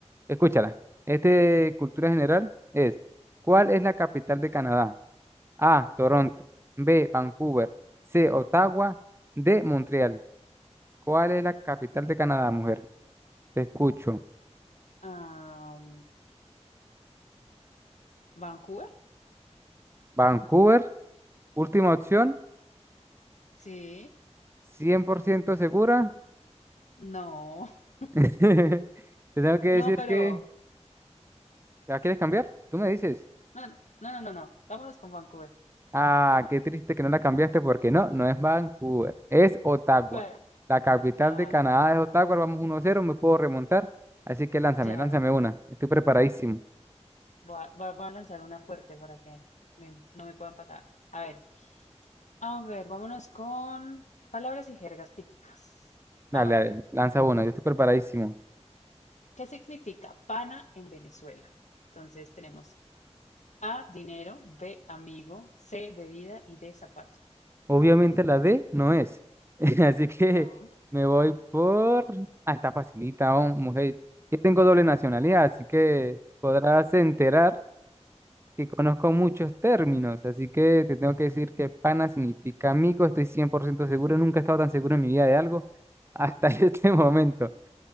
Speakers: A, on the right; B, on the left.
A: escúchala. Este cultura general es, ¿cuál es la capital de Canadá? A, Toronto. B, Vancouver. C, Ottawa. D, Montreal. ¿Cuál es la capital de Canadá, mujer? Te escucho.
B: Am, ¿Vancouver?
A: Vancouver, última opción,
B: Sí.
A: cien por ciento segura.
B: No. <laughs>
A: <laughs> Te tengo que decir
B: No, pero
A: que... ¿La quieres cambiar? Tú me dices.
B: No, no, no, no, no. Vámonos con Vancouver.
A: Ah, qué triste que no la cambiaste porque no, no es Vancouver, es Ottawa.
B: ¿Cuál?
A: La capital
B: Ah,
A: de Canadá es Ottawa, vamos uno cero, me puedo remontar. Así que lánzame,
B: claro.
A: lánzame una. Estoy preparadísimo.
B: Voy a, va- va a lanzar una fuerte para que me- no me puedan patar. A ver, a ver, vámonos con palabras y jergas típicas.
A: Dale,
B: A ver,
A: dale, lanza una, yo estoy preparadísimo.
B: ¿qué significa pana en Venezuela? Entonces tenemos A, dinero, B, amigo, C, bebida y D, zapato.
A: Obviamente la D no es. <laughs> Así que
B: No,
A: me voy por... Ah, está facilita, oh, mujer. Yo tengo doble nacionalidad, así que podrás enterar que conozco muchos términos. Así que te tengo que decir que pana significa amigo. Estoy 100% seguro. Nunca he estado tan seguro en mi vida de algo hasta <laughs> este momento.